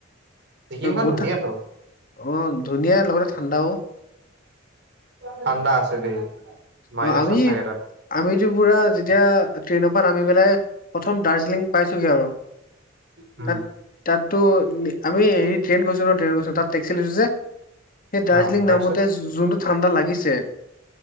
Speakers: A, on the right; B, on the left.
A: ছিকিমখন
B: এ ব'তা
A: ধুনীয়াতো
B: অঁ ধুনীয়া লগতে ঠাণ্ডাও।
A: ঠাণ্ডা আছে দেই, মাইনাচত
B: অ আমি
A: থাকে তাত।
B: আমিতো পুৰা যেতিয়া ট্ৰেইনৰ পা নামি পেলাই প্ৰথম দাৰ্জিলিং পাইছোগে আৰু
A: উম।
B: তাত তাততো আমি হেৰি ট্ৰেইন গৈছো ন, ট্ৰেইন গৈছোঁ তাত টক্সি লৈছোঁ যে সেই দাৰ্জিলিং
A: হা তাৰপিছত
B: নামোতে যোনটো ঠাণ্ডা লাগিছে।